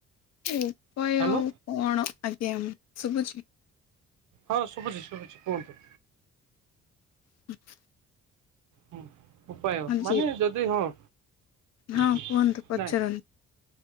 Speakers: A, on the left (about 60°); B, on the right (about 75°).
A: ଉପାୟ
B: ହ୍ୟାଲୋ
A: ଆଉ କଣ ଆଜ୍ଞା ମୁଁ ଶୁଭୁଛି।
B: ହଁ ଶୁଭୁଛି ଶୁଭୁଛି କୁହନ୍ତୁ?
A: <inaudible>
B: ହୁଁ ଉପାୟ
A: ହଁ
B: ମାନେ
A: ଜି
B: ଯଦି ହଁ ହଁ
A: ହଁ
B: ହୁଁ
A: କୁହନ୍ତୁ ପଚାରନ୍ତୁ
B: ନାଇଁ।